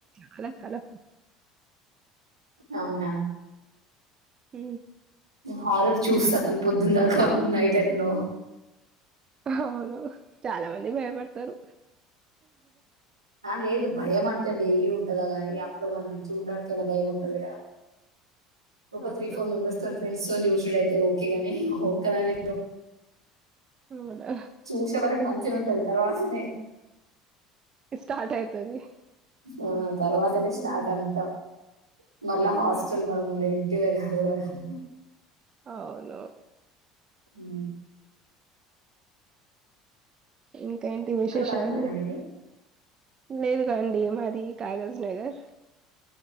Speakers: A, on the right; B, on the right.
A: చాలా చాలా
B: అవునా
A: హ
B: హారర్ చూస్తా కానీ పొద్దుందాకా నైట్ అయిపోయినవ్
A: అవును చాలా మంది భయపడతరు
B: ఆ లేదు భయం అంటే డైలీ ఉంటదా గానీ అప్పటి మందం చూడ్డానికైనా భయం ఉంటాది కదా ఒక
A: అవును.
B: త్రీ ఫోర్ మెంబెర్స్ తోని ఫ్రెండ్స్ తొని చూసుడయితే ఓకే గాని ఒక్కదాని
A: అవును.
B: చూసే వరకు మంచిగానే ఉంటది తర్వాత స్
A: స్టార్ట్ అయితది.
B: ఆ తర్వాతనే స్టార్ట్
A: హ్మ్.
B: అంతా మరల
A: హ్మ్.
B: హాస్టల్ మనం ఉండే ఇగ చాలు కదా
A: అవును
B: అ
A: ఇంకా ఏంటి విశేషాలు
B: ఇక్కడ వరంగలేనా మీది
A: లేదు కాండి మాది కాగజ్ నగర్